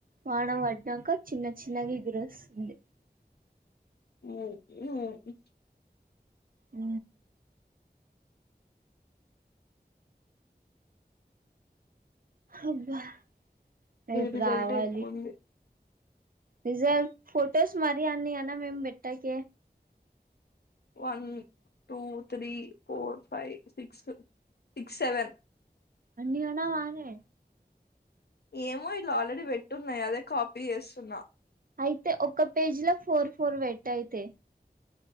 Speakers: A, on the right; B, on the left.
A: వానం పడ్నాక చిన్న చిన్నగా ఎదురుొస్తుంది
B: అ
A: ఆ అబ్బా రేపు
B: ఇది రిజల్టే
A: రావాలి
B: ఎక్కువ ఉంది
A: రజల్ట్ ఫొటోస్ మరి అన్న అనా మేం బట్టాక
B: one two three four five six six seven
A: అన్ని అలా మనే
B: ఏమో ఇలా ఆల్రెడీ పెట్టున్నాయి అదే కాపీ చేస్తున్నా
A: అయితే ఒ పేజీ లో ఫోర్ ఫోర్ పెట్యతే